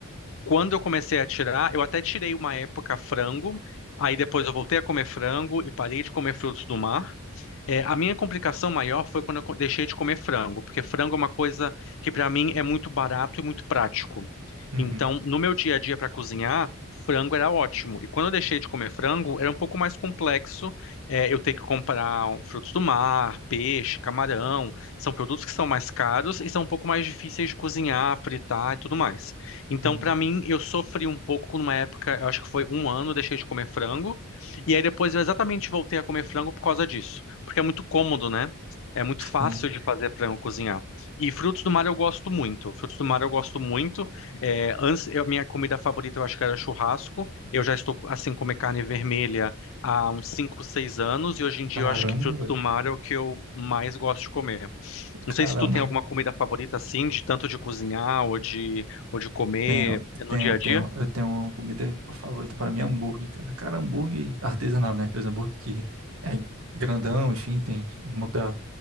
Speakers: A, on the left; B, on the right.
A: quando eu comecei a tirar, eu até tirei uma época frango, aí depois eu voltei a comer frango e parei de comer frutos do mar. É, a minha complicação maior foi quando eu co- deixei de comer frango, porque frango é uma coisa que para mim é muito barato e muito prático.
B: Uhum,
A: Então, no meu dia a dia para cozinhar, frango era ótimo. E quando eu deixei de comer frango, era um pouco mais complexo, é, eu ter que comprar um, frutos do mar, peixe, camarão. São produtos que são mais caros e são um pouco mais difíceis de cozinhar, fritar e tudo mais. Então,
B: uhum.
A: para mim, eu sofri um pouco numa época, eu acho que foi um ano, eu deixei de comer frango. E aí depois eu exatamente voltei a comer frango por causa disso porque é muito cômodo, né? É muito
B: Sim.
A: fácil de fazer para eu cozinhar. E frutos do mar eu gosto muito. Frutos do mar eu gosto muito. É, antes, eu- minha comida favorita eu acho que era churrasco. Eu já estou assim comer carne vermelha há uns 5, 6 anos e hoje em dia
B: Caramba,
A: eu acho que frutos
B: velho.
A: do mar é o que eu mais gosto de comer. Não
B: Caramba.
A: sei se tu tem alguma comida favorita assim, de tanto de cozinhar ou de ou de comer
B: Tenho,
A: no
B: tenho,
A: dia a
B: tenho,
A: dia.
B: eu tenho uma comida favorita para mim, é hambúrguer, cara. Cara, hambúrguer artesanal, né? Aqueles hambúrguer que é grandão, enfim, tem muita,